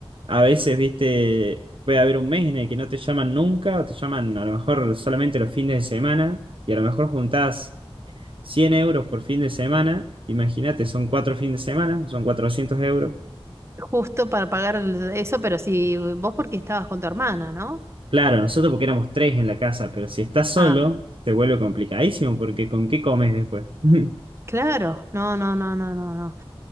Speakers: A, on the right; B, on the right.
A: a veces, viste, puede haber un mes en el que no te llaman nunca, o te llaman a lo mejor solamente los fines de semana, y a lo mejor juntás 100 euros por fin de semana, imagínate, son cuatro fines de semana, son 400 euros.
B: Justo para pagar el- eso, pero si vos porque estabas con tu hermana, ¿no?
A: Claro, nosotros porque éramos tres en la casa, pero si estás solo,
B: Ah,
A: te vuelve complicadísimo porque ¿con qué comes después? <laughs>
B: claro. No, no, no, no, no, no.